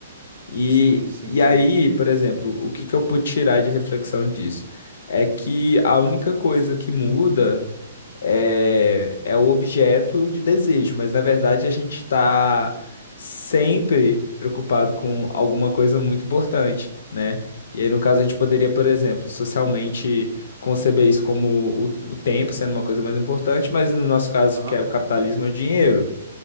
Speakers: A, on the left; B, on the right.
A: E,
B: Sim, sim,
A: e
B: sim.
A: aí, por exemplo, o que que eu pude tirar de reflexão disso? É que a única coisa que muda é, é o objeto de desejo, mas na verdade a gente está sempre preocupado com alguma coisa muito importante, né? E aí, no caso, a gente poderia, por exemplo, socialmente conceber isso como o, o tempo sendo uma coisa mais importante, mas no nosso caso,
B: Aham.
A: que é o capitalismo, é o dinheiro.